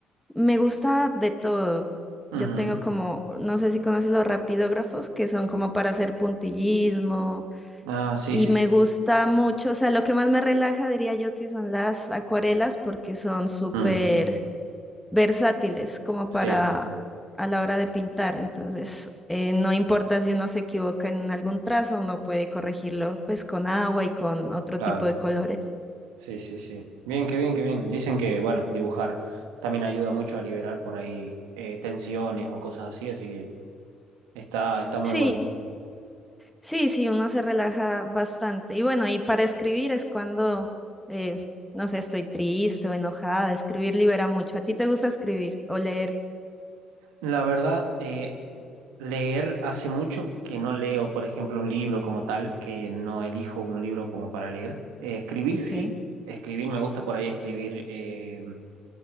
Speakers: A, in the centre; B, on the right (about 80°).
A: me gusta de todo.
B: Ujú.
A: Yo tengo como, no sé si conoces los rapidógrafos, que son como para hacer puntillismo,
B: Ah, sí,
A: y
B: sí.
A: me gusta mucho, o sea, lo que más me relaja diría yo que son las acuarelas, porque son súper
B: Mm,
A: versátiles como
B: Sí,
A: para a la hora de pintar. Entonces, eh, no importa si uno se equivoca en algún trazo, uno puede corregirlo pues con agua y con otro
B: claro.
A: tipo de colores.
B: Sí, sí, sí. Bien, qué bien, qué bien. Dicen que, bueno, dibujar también ayuda mucho a liberar por ahí eh, tensiones o cosas así, así que está, está muy
A: Sí,
B: bueno.
A: sí, sí, uno se relaja bastante. Y bueno, y para escribir es cuando, eh, no sé, estoy triste o enojada. Escribir libera mucho. ¿A ti te gusta escribir o leer?
B: La verdad, eh, leer hace mucho que no leo, por ejemplo, un libro como tal, que no elijo un libro como para leer. Eh, escribir
A: Ok.
B: sí, escribir me gusta por ahí escribir. eh,